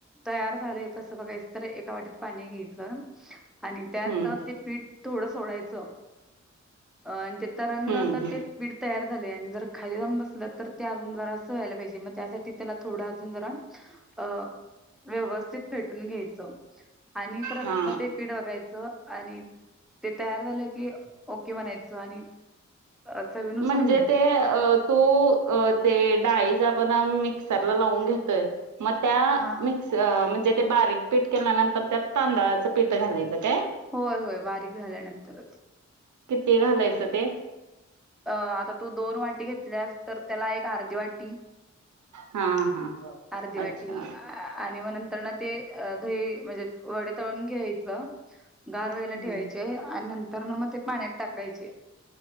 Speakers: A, in the centre; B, on the right (about 80°).
A: तयार झालंय कसं बघायचं तर एका वाटीत पाणी घेयच. आणि त्यात
B: हम्म,
A: ते पीठ थोडं सोडायचं आणि ते तरंगलं
B: हम्म,
A: तर
B: हम्म.
A: ते. पीठ तयार झालंय आणि जर खाली जाऊन बसलं, तर ते अजून जरासं व्हायला पाहिजे. मग त्यासाठी त्याला अजून थोडं जरा अ व्यवस्थित फेटून घ्यायचं. आणि परत
B: हा
A: मग ते पीठ बघायचं. आणि ते तयार झालं की ओके म्हणायचं आणि अ, चवीनुसार
B: म्हणजे
A: मीठ
B: ते अ तू अं ते डाळीच आपण आणून मिक्सरला लावून घेतोय. मग त्या
A: हा
B: मिक्स च म्हणजे ते बारीक पीठ केल्यानंतर त्यात तांदळाचं पीठ घालायचं काय?
A: होय होय बारीक झाल्यानंतरच.
B: किती घालायचं ते?
A: अ आता तू दोन वाटी घेतल्यास, तर त्याला एक अर्धी वाटी.
B: हा हा
A: अर्धी वाटी
B: अच्छा
A: अ आणि मग नंतर ना ते दही म्हणजे वडे तळून घ्यायचं. गारवायला
B: हम्म
A: ठेवायचे आणि नंतर न म ते पाण्यात टाकायचे.